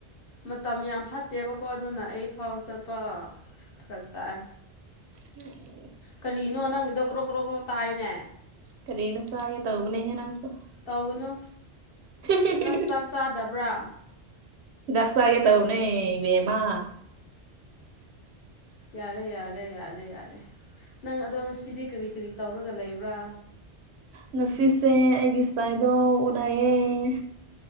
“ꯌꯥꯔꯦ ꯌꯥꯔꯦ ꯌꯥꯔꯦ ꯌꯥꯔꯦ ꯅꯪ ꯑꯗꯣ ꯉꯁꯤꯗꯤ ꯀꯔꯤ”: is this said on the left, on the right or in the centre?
Left